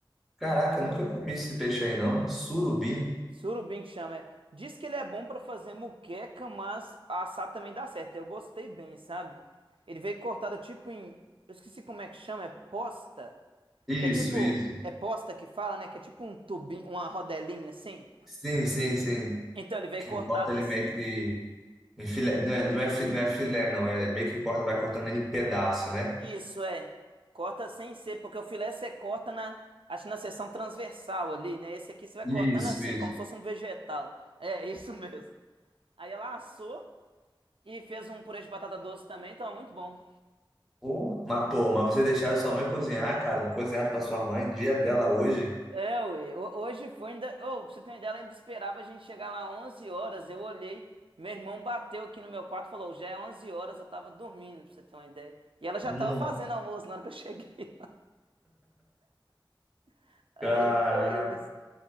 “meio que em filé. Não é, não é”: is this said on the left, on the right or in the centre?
Centre